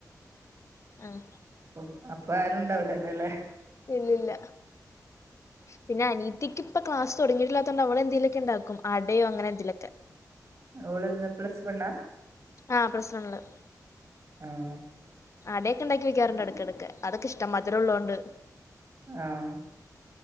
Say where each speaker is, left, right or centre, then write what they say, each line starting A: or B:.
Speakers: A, on the left; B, on the right.
A: ഉം
B: ഓഹ് അപ്പ ആരുണ്ടാവൂലല്ലേല്ലെ
A: ഇല്ലില്ല പിന്ന അനീ രിക്കിപ്പ ക്ലാസ് തൊടങ്ങയിട്ടില്ലാത്തോണ്ട് അവളെ എന്തേലൊക്കെ ഇണ്ടാക്കും അടയോ അങ്ങനെ എന്തേലൊക്ക
B: അവളന്ന് പ്ലസ് വണ്ണാ
A: ആഹ് പ്ലസ് വണ്ണില്
B: ആഹ്
A: അടേക്കെ ഇണ്ടാക്കി വെക്കാറണ്ട് എടക്കെടക്ക് അതൊക്കെ ഇഷ്ടാ മധുരോള്ളോണ്ട്
B: ആഹ്